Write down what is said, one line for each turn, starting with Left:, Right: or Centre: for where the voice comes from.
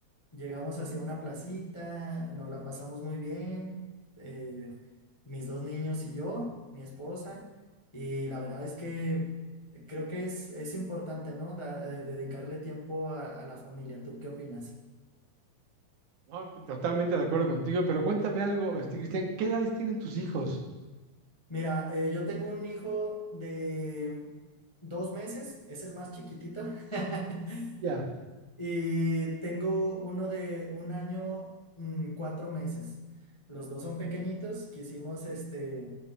Left: Llegamos hacia una placita, nos la pasamos muy bien, eh, mis dos niños y yo, mi esposa, y la verdad es que creo que es, es importante, ¿no? Da- eh, dedicarle tiempo a, a la familia. ¿Tú qué opinas?
Right: No, totalmente de acuerdo contigo, pero cuéntame algo, este, Cristian, ¿qué edades tienen tus hijos?
Left: Mira, eh, yo tengo un hijo de dos meses, es el más chiquitito. <laughs>
Right: Ya,
Left: Y tengo uno de un año, mm, cuatro meses. Los dos son pequeñitos. Quisimos, este,